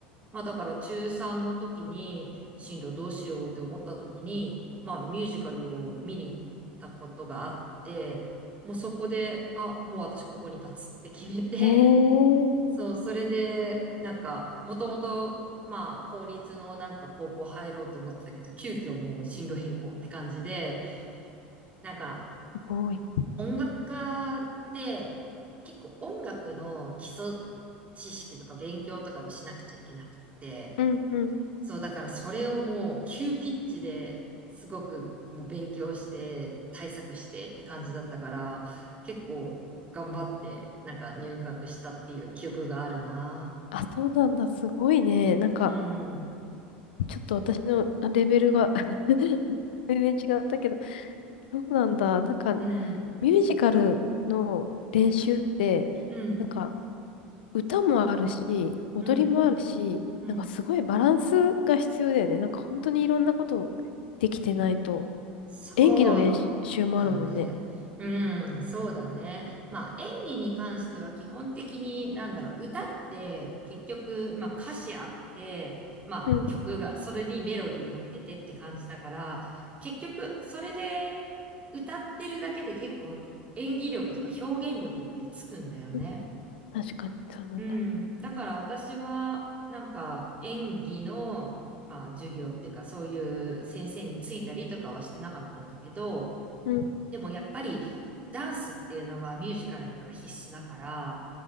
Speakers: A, on the right; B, on the left.
A: まあ、だから中3の時に、進路どうしようって思った時に、まあ、ミュージカルを見に行ったことがあって、もうそこで、あ、もう私ここに立つって決めて、
B: えー、
A: そう、それで、なんか、もともと、まあ、公立のなんか高校入ろうと思ってたけど、急遽もう進路変更って感じで、なんか、
B: すごい。
A: 音楽家って結構音楽の基礎知識とか勉強とかもしなくちゃいけなくって、
B: うんうん。
A: そう、だからそれをもう急ピッチですごくもう勉強して対策してって感じだったから、結構頑張ってなんか入学したっていう記憶があるな。
B: あ、そうなんだ、すごいね。なんか、
A: うん。
B: ちょっと私のあレベルが <laughs> 全然違ったけど、そうなんだ。なんか、
A: うん、
B: ミュージカルの練習って、
A: うん、
B: なんか、歌もあるし、踊りもあるし、
A: うん、うん。
B: なんかすごいバランスが必要だよね。なんか本当にいろんなことできてないと。
A: そう
B: 演技の練習もあるもんね。
A: だね。うん、そうだね。まあ演技に関しては基本的になんだろう、歌って結局、まあ歌詞あって、まあ曲が、
B: うん、
A: それにメロディー乗っけてって感じだから、結局それで歌ってるだけで結構演技力とか表現力ってつくんだよね。
B: うん確かにそうなんだ。
A: うん。だから私は、なんか演技の、まあ、授業っていうか、そういう先生についたりとかはしてなかったんだけど、
B: うん、
A: でもやっぱりダンスっていうのはミュージカルでは必須だから、